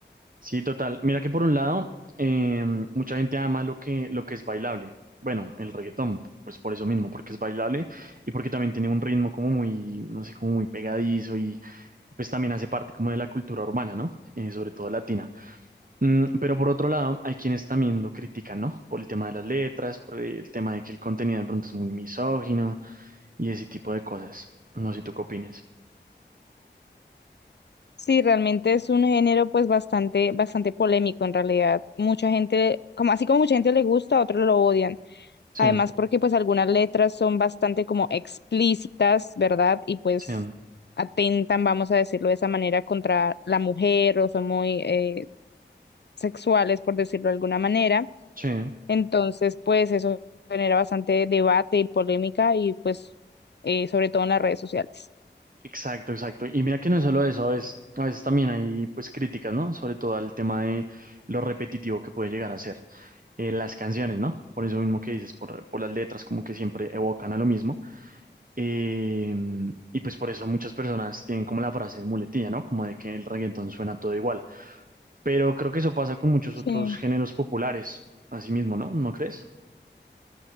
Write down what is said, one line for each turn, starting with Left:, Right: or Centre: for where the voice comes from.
Right: Sí, total. Mira que por un lado, eh, mucha gente ama lo que, lo que es bailable. Bueno, el reggaetón, pues por eso mismo, porque es bailable y porque también tiene un ritmo como muy, no sé, como muy pegadizo y pues también hace parte como de la cultura urbana, ¿no? Eh, sobre todo latina. Mm, pero por otro lado, hay quienes también lo critican, ¿no? Por el tema de las letras, por el tema de que el contenido de pronto es muy misógino y ese tipo de cosas. No sé tú qué opines.
Left: Sí, realmente es un género pues bastante, bastante polémico en realidad. Mucha gente, como así como mucha gente le gusta, a otros lo odian.
Right: Sí,
Left: Además, porque pues algunas letras son bastante como explícitas, ¿verdad? Y pues
Right: sí,
Left: atentan, vamos a decirlo de esa manera, contra la mujer o son muy eh, sexuales, por decirlo de alguna manera.
Right: sí.
Left: Entonces, pues eso genera bastante debate y polémica y pues eh, sobre todo en las redes sociales.
Right: Exacto, exacto. Y mira que no es solo eso, a veces, a veces también hay pues críticas, ¿no? Sobre todo al tema de lo repetitivo que puede llegar a ser eh, las canciones, ¿no? Por eso mismo que dices, por, por las letras como que siempre evocan a lo mismo. Eh, y pues por eso muchas personas tienen como la frase de muletilla, ¿no? Como de que el reggaetón suena todo igual. Pero creo que eso pasa con muchos
Left: Sí.
Right: otros géneros populares, así mismo, ¿no? ¿No crees?